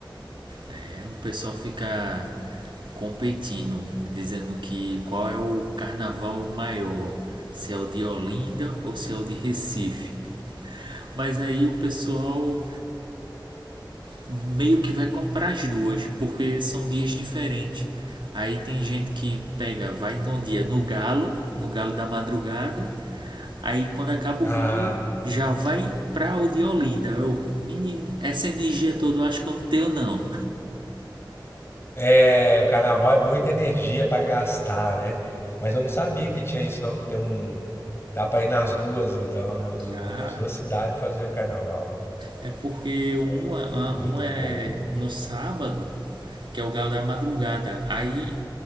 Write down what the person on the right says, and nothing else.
É, o pessoal fica competindo, dizendo que qual é o carnaval maior, se é o de Olinda ou se é o de Recife. Mas aí o pessoal meio que vai comprar as duas, porque são dias diferentes. Aí tem gente que pega, vai num dia no galo, no galo da madrugada. Aí quando acaba
o galo, já vai pra o de Olinda. Eu, menino, essa energia toda eu acho que eu não tenho não.
Ah,
é porque uma,
uma é
no sábado, que é o galo da madrugada. Aí